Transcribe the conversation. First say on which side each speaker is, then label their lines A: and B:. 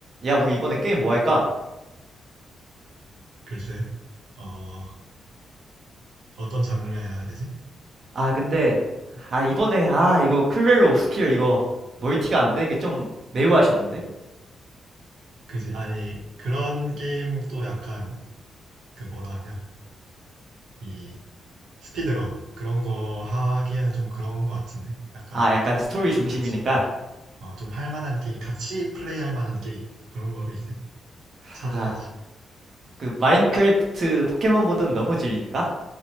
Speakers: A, on the right; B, on the right.
A: 야, 우리 이번에 게임 뭐 할까?
B: 글쎄, 어, 어떤 장르야 해야 되지?
A: 아, 근데, 아, 이번에, 아, 이거 클레르 옵스큐어 이거 멀티가 안 되는 게 좀 매우 아쉬운데?
B: 그지? 아니, 그런 게임도 약간, 그 뭐라 하냐, 이, 스피드런. 그런 거 하기에는 좀 그런 거 같은데? 약간,
A: 아, 약간 스토리 중심이니까.
B: 같이, 어, 어, 좀 할 만한 게임, 같이 플레이할 만한 게임. 그런 거를 이제 찾아야지.
A: 아, 그 마인크래프트 포켓몬 보던 너무 질린가?